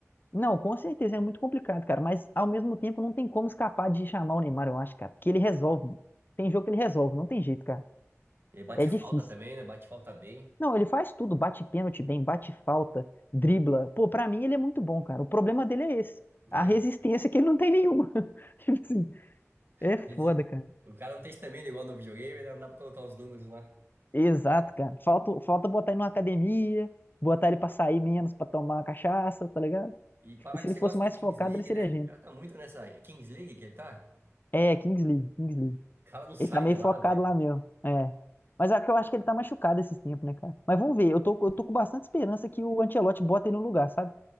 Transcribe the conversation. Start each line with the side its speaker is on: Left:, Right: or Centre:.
Left: Não, com certeza é muito complicado, cara. Mas ao mesmo tempo não tem como escapar de chamar o Neymar, eu acho, cara. Porque ele resolve. Tem jogo que ele resolve, não tem jeito, cara.
Right: Ele bate
Left: É difícil.
Right: falta também, né? Bate falta bem,
Left: Não, ele faz tudo, bate pênalti bem, bate falta, dribla. Pô, pra mim ele é muito bom, cara. O problema dele é esse.
Right: né?
Left: A resistência que ele não tem nenhuma. <laughs> Tipo assim, é foda,
Right: Às vezes,
Left: cara.
Right: O cara não tem estamina igual no videogame, né? Não dá pra colocar os números lá.
Left: Exato, cara. Falta, falta botar ele numa academia, botar ele pra sair menos, pra tomar uma cachaça, tá ligado?
Right: E parar
Left: Se
Right: que
Left: ele
Right: você
Left: fosse
Right: gosta
Left: mais
Right: de Kings
Left: focado,
Right: League,
Left: ele seria
Right: né?
Left: gênio.
Right: O cara tá muito nessa. É Kings League que ele tá?
Left: É, Kings League, Kings League.
Right: O cara não sai
Left: Ele tá meio
Right: de
Left: focado
Right: lá, velho.
Left: lá mesmo. É. Mas é que eu acho que ele tá machucado esses tempos, né, cara? Mas vamos ver. Eu tô, eu tô com bastante esperança que o Ancelotti bota ele no lugar, sabe?